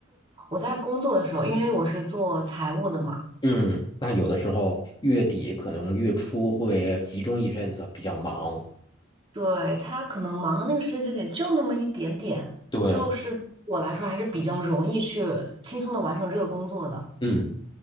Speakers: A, on the right; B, on the left.
A: 我在工作的时候，因为我是做财务的嘛，
B: 嗯，那有的时候月底可能月初会集中一阵子比较忙。
A: 对，他可能忙的那个时间节点就那么一点点，
B: 对，
A: 就是我来说还是比较容易去轻松的完成这个工作的。
B: 嗯